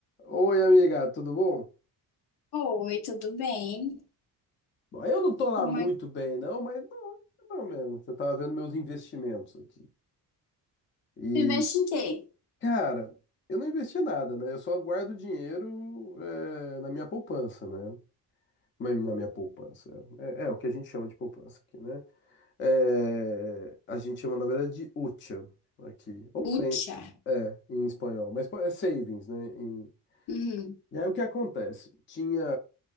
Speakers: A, on the left (about 30°); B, on the left (about 75°).
A: Oi, amiga, tudo bom?
B: Oi, tudo bem?
A: Bom, eu não tô lá
B: Como
A: muito
B: é que
A: bem, não, mas não, não mesmo. Eu tava vendo meus investimentos aqui. E,
B: tu investe em quê?
A: cara, eu não investi nada, né? Eu só guardo dinheiro é, na minha poupança, né? Mas Na minha poupança. É, é é o que a gente chama de poupança aqui, né? É, a gente chama, na verdade, de hucha aqui. Ou
B: Ucha.
A: sem, é, em espanhol. Mas é savings, né? Em-
B: Uhum.
A: E aí o que acontece? Tinha,